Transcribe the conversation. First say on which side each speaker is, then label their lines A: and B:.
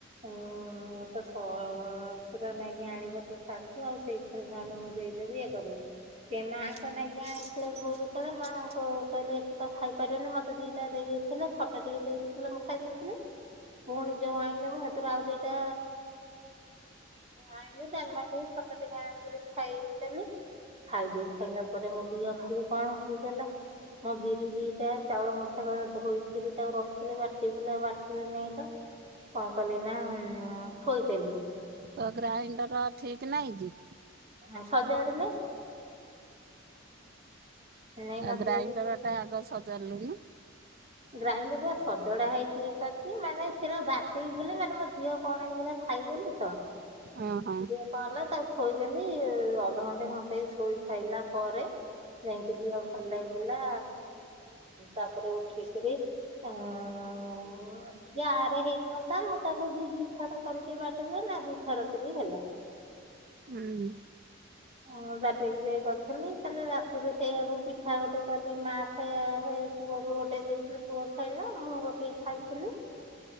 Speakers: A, on the right (about 35°); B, on the right (about 50°).
A: ହଁ ତ ସସୁର ନାଗି ଆଣିବ ତ ଶାଶୁ ଆଉ ସେଇ ଫିନାଇଲି ମୁଁ ଦେଇ ଦେବି ଇଏ କରିବି। ସେ ମାଆଙ୍କ ଲାଗି ଆଣିଥିଲେ ବହୁ ଧୁପ୍ ଯେ ମାଆ କହିଲେ ଏତିକ ଖାଇପାରିବନି ମତେ ଦିଟା ଦେଇ ହେଲେ ଖଟା ଟିକେ ଦେଇଥିଲେ ମୁଁ ଖାଇ ଦଉଥିଲି। ପୁଣି ଯଉ ଆଣିଲେ ମୁଁ ହେଥିରୁ ଆଉ ଦିଟା ଆଇଁଲି ଡାଲମା ଟିକେ ଖଟା ଟିକେ ଆଣିକିରି ଖାଇଦେଲି। ଖାଇ ଦେଇ ସାଇଲା ପରେ ମୋ ଦିଅ ଖାଲି କଣ ହେଇଗଲା। ମୁଁ ବିରି ଦିଟା ଚାଉଳ ମୁଠେ ଧୋଇକିରି ତାକୁ ରଖିଥିଲି ବାଟି ବୋଲି ଆଉ ବାଟିଲି ନେଇ ତ। କଁ କଲି ନା ଥୋଇଦେଲି।
B: ତ ଗ୍ରାଇଣ୍ଡର ଠିକ ନାଇଁ କି।
A: ହ ସଜାଡେ ନାଇ ନେଇ
B: ଆଉ
A: ନଥିଲେ
B: ଗ୍ରାଇଣ୍ଡର
A: କି
B: ଟା ଆଗ ସଜାଲୁନି।
A: ଗ୍ରାଇଣ୍ଡର ବା ସଜଡା ହେଇଛି ଏକାତି ମାନେ ସେଟ ବାଟ ବଲେ ମାନେ ଝିଅ କଣ ହେଇଗଲା ଖାଇବେନି ତ
B: ଓହୋ
A: ଅ କଲା ତାକୁ ଥୋଇଦେଲି ଅଧଘଣ୍ଟେ ଘଣ୍ଟେ ଶୋଇ ଖାଇଲା ପରେ ଯାଇକି ଯିିବା ଭଲ ଲାଗିଲା ତାପରେ ଉଠିକରି ଆ ଯ ରେ ହେଇଥାନ୍ତା ଆଉ ତାକୁ ଦି ଦି ଥର କରିକି ବାଟ ନେ ନା ଦିଥର କରି ହେଲା।
B: ହୁଁ।
A: ହଁଁ ବାଟିକିରି କରିଥିଲି କାଲି ରାତିରେ ସେଇଆକୁ ପିଠା ଗୋଟେ କଲି ମା ଖାଇବା। ପୁଅକୁ ଗୋଟେ ଦେଇଥିଲି ପୁଅ ଖାଇଲା ମୁଁ ଗୋଟିଏ ଖାଇଥିଲି।